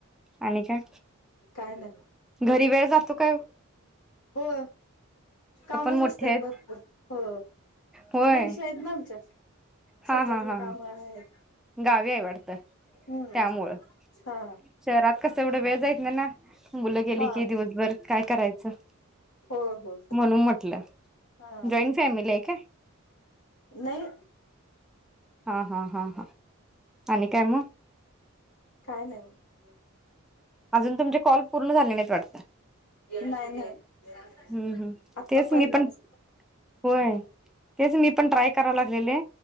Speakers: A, in the centre; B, on the left (about 85°).
A: आणि काय
B: काय नाही
A: घरी वेळ जातो काय ओ,
B: हो कामच
A: मोठे
B: जास्त
A: आहेत
B: भरपूर हो,
A: होय
B: म्हशी आहेत ना आमच्या, शेतातले
A: हा हा हा
B: काम
A: हा
B: आहेत.
A: गावी आहे वाटतं
B: हम्म
A: त्यामुळं
B: हा,
A: शहरात कसं एवढं वेळ जायत नाही ना, मुलं गेली
B: हा
A: की दिवसभर काय करायचं.
B: हो हो
A: म्हणून म्हटलं,
B: हा,
A: जॉईंट फॅमिली आहे काय
B: नाही.
A: हा हा हा हा आणि काय मग,
B: काय नाही मग,
A: अजून तुमचे कॉल पूर्ण झाले नाहीत वाटतं.
B: नाही नाही
A: हम्म हम्म
B: आता
A: तेच
B: पहिलाच,
A: मी पण होय तेच मी पण ट्राय कराव लागलेले